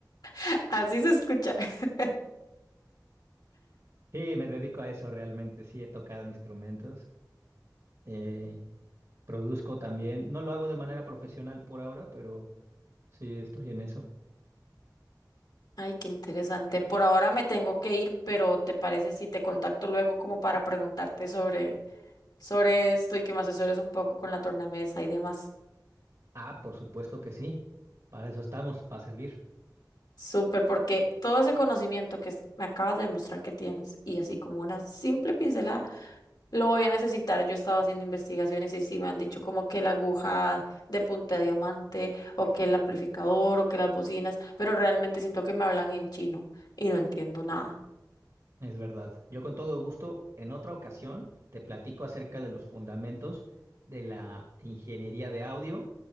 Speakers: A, on the left; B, on the right.
A: <laughs> Así se escucha. <laughs>
B: Sí, me dedico a eso realmente. Sí, he tocado instrumentos. eh, produzco también. No lo hago de manera profesional por ahora, pero sí estoy en eso.
A: Ay, qué interesante. Por ahora me tengo que ir, pero ¿te parece si te contacto luego como para preguntarte sobre... sobre esto y que me asesores un poco con la tornamesa y demás.
B: Ah, por supuesto que sí. Para eso estamos, para servir.
A: Súper, porque todo ese conocimiento que es- me acabas de demostrar que tienes y así como una simple pincelada, lo voy a necesitar. Yo estaba haciendo investigaciones y sí me han dicho como que la aguja de punta de diamante o que el amplificador o que las bocinas, pero realmente siento que me hablan en chino y no entiendo nada.
B: Es verdad. Yo con todo gusto, en otra ocasión, te platico acerca de los fundamentos de la ingeniería de audio